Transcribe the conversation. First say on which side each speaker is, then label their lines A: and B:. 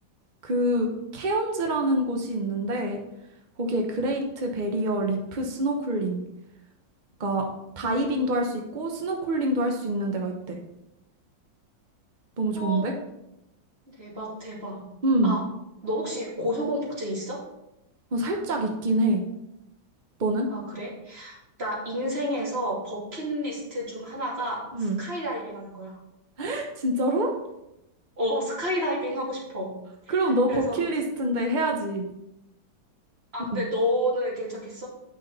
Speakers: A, on the right (about 55°); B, on the right (about 30°).
A: 그, 케언즈라는 곳이 있는데, 거기에 그레이트
B: 음.
A: 베리어 리프 스노클링. 그러니까, 다이빙도 할 수 있고, 스노클링도 할 수 있는 데가 있대. 너무 좋은데?
B: 어, 대박, 대박.
A: 음,
B: 아, 너 혹시 고소공포증 있어?
A: 어, 살짝 있긴 해. 너는?
B: 아, 그래? 나 인생에서 버킷리스트 중 하나가
A: 음.
B: 스카이다이빙 하는 거야.
A: <laughs> 진짜로?
B: 어, 스카이다이빙 하고 싶어.
A: 그럼 너
B: 그래서,
A: 버킷리스트인데 해야지.
B: 아,
A: 음.
B: 근데 너는 괜찮겠어?